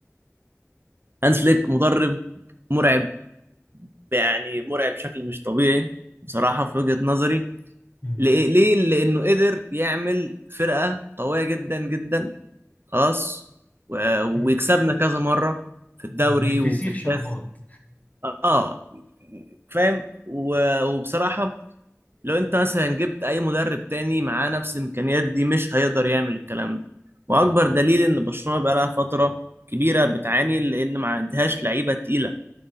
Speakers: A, on the right; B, on the left.
A: هانز فليك مدرب مرعب يعني مرعب بشكل مش طبيعي بصراحه في وجهه نظري
B: مم.
A: ليه ليه لانه قدر يعمل فرقه قويه جدا جدا خلاص و- ويكسبنا
B: مم.
A: كذا مره في الدوري
B: من الفسيخ
A: وفي الكاس.
B: شربات
A: اه فاهم و- وبصراحة لو انت مثلا جبت اي مدرب تاني معاه نفس الامكانيات دي مش هيقدر يعمل الكلام ده واكبر دليل ان برشلونة بقالها فترة كبيرة بتعاني لان ما عندهاش لعيبة تقيلة